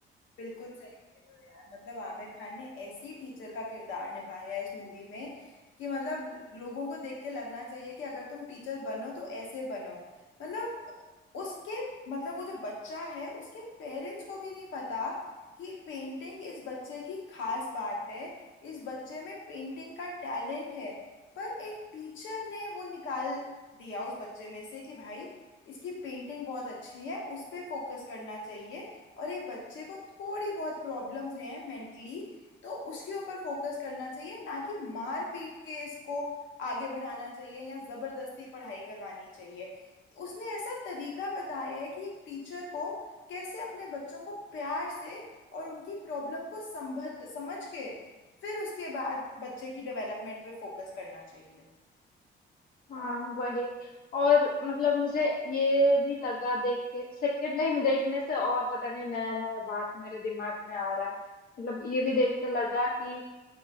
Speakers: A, on the left; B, on the left.
A: बिल्कुल सही कह रहे हो यार मतलब आमिर खान ने ऐसी टीचर का किरदार निभाया है इस मूवी में कि मतलब लोगों को देख के लगना चाहिए कि अगर तुम टीचर बनो तो ऐसे बनो मतलब उसके मतलब वो जो बच्चा है उसके पेरेंट्स को भी नहीं पता कि पेंटिंग इस बच्चे की खास बात है इस बच्चे में पेंटिंग का टैलेंट है पर एक टीचर ने वो निकाल दिया उस बच्चे में से कि भाई इसकी पेंटिंग बहुत अच्छी है उस पे फोकस करना चाहिए और ये बच्चे को थोड़ी बहुत प्रॉब्लम्स हैं मेंटली तो उसके ऊपर फोकस करना चाहिए ना कि मार पीट के इसको आगे बढ़ाना चाहिए या जबरदस्ती पढ़ाई करवानी चाहिए उसने ऐसा तरीका बताया है कि एक टीचर को कैसे अपने बच्चों को प्यार से और उनकी प्रॉब्लम को संभल समझ के फिर उसके बाद बच्चे की डेवलपमेंट पे फोकस करना चाहिए
B: हाँ वही और मतलब मुझे ये भी लगा देख के सेकेंड टाइम देखने से और पता नहीं नया नया बात मेरे दिमाग में आ रहा है मतलब ये भी देख के लगा कि